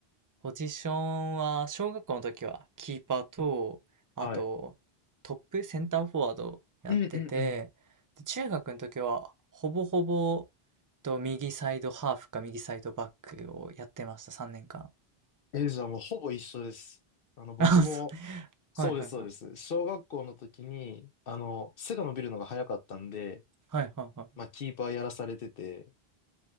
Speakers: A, on the right (about 25°); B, on the left (about 65°).
A: ポジションは、小学校の時はキーパーと、あと、
B: はい。
A: トップ、センターフォワードやってて、
B: うんうんうん。
A: で中学の時は、ほぼほぼ、と、右サイドハーフか右サイドバックをやってました、3年間。
B: え、じゃあもうほぼ一緒です。あの、
A: <laughs>
B: 僕も、
A: あそ
B: そうです、
A: うはいはいはい。
B: そうです。小学校の時に、あの、背が伸びるのが早かったんで、
A: はいはいはい。
B: まあ、キーパーやらされてて、